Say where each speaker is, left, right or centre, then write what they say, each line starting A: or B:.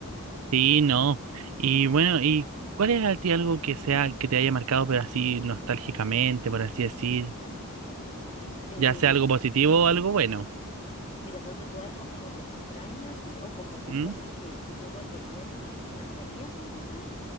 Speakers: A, on the right; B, on the left.
A: sí, no. Y bueno, ¿y cuál es a ti algo que sea, que te haya marcado, pero así nostálgicamente, por así decir?
B: Eh,
A: Ya sea algo positivo o algo bueno.
B: Mira, ponte tú algo como que extraño así, o como que
A: ¿Mm?
B: cosas que, que yo volvería a vivir y me encantarían, ponte tú,